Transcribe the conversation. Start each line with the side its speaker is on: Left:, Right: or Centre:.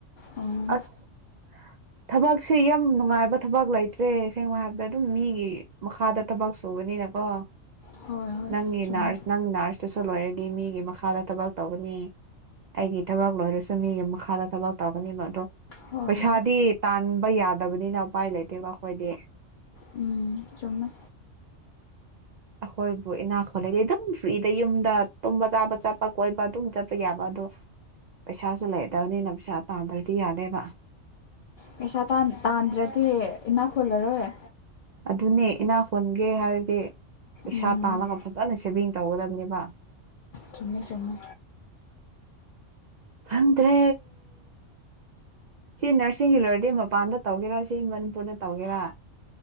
Left: ꯎꯝ
Right: ꯑꯁ ꯊꯕꯛꯁꯦ ꯌꯥꯝ ꯅꯨꯡꯉꯥꯏꯕ ꯊꯕꯛ ꯂꯩꯇ꯭ꯔꯦ ꯁꯦꯡꯅ ꯍꯥꯏꯕꯗ ꯑꯗꯨꯝ ꯃꯤꯒꯤ ꯃꯈꯥꯗ ꯊꯕꯛ ꯁꯨꯕꯅꯤꯅꯀꯣ
Left: ꯍꯣꯏ ꯍꯣꯏ
Right: ꯅꯪꯒꯤ
Left: ꯆꯨꯝꯃꯦ
Right: ꯅꯔꯁ ꯅꯪ ꯅꯔꯁ ꯂꯣꯏꯔꯒꯤ ꯃꯤꯒꯤ ꯃꯈꯥꯗ ꯊꯕꯛ ꯇꯧꯒꯅꯤ ꯑꯩꯒꯤ ꯊꯕꯛ ꯂꯣꯏꯔꯁꯨ ꯃꯤꯒꯤ ꯃꯈꯥꯗ ꯊꯕꯛ ꯇꯧꯒꯅꯤ ꯃꯗꯣ
Left: ꯍꯣꯏ
Right: ꯄꯩꯁꯥꯗꯤ
Left: ꯍꯣꯏ
Right: ꯇꯥꯟꯕ ꯌꯥꯗꯕꯅꯤꯅ ꯎꯄꯥꯏ ꯂꯩꯇꯦꯕ ꯑꯩꯈꯣꯏꯗꯤ
Left: ꯎꯝ ꯆꯨꯝꯃꯦ
Right: ꯑꯩꯈꯣꯏꯕꯨ ꯏꯅꯥꯈꯣꯜꯂꯗꯤ ꯑꯗꯨꯝ ꯐ꯭ꯔꯤꯗ ꯌꯨꯝ ꯗ ꯇꯨꯝꯕ ꯆꯥꯕ ꯆꯠꯄ ꯀꯣꯏꯕ ꯑꯗꯨꯝ ꯆꯠꯄ ꯌꯥꯕ ꯑꯗꯣ ꯄꯩꯁꯥꯁꯨ ꯂꯩꯗꯕꯅꯤꯅ ꯄꯩꯁꯥ ꯇꯥꯟꯗ꯭ꯔꯗꯤ ꯌꯥꯅꯦꯦꯕ
Left: ꯄꯩꯁꯥ ꯇꯥꯟꯗ꯭ꯔꯗꯤ ꯏꯅꯥꯛ ꯈꯨꯜꯂꯔꯣꯏ
Right: ꯑꯗꯨꯅꯦ ꯏꯅꯥ ꯈꯣꯟꯒꯦ ꯍꯥꯏꯔꯗꯤ ꯄꯩꯁꯥ
Left: ꯎꯝ
Right: ꯇꯂꯒ ꯐꯖ ꯁ ꯇꯧꯒꯗꯕꯅꯦꯕ
Left: ꯆꯨꯝꯃꯦ ꯆꯨꯝꯃꯦ
Right: ꯈꯪꯗ꯭ꯔꯦ ꯁꯤ ꯅꯔꯁꯤꯡꯒꯤ ꯂꯣꯏꯔꯗꯤ ꯃꯄꯥꯟꯗ ꯇꯧꯒꯦꯔꯥ ꯁꯤ ꯃꯅꯤꯄꯨꯔꯗ ꯇꯧꯒꯦꯔꯥ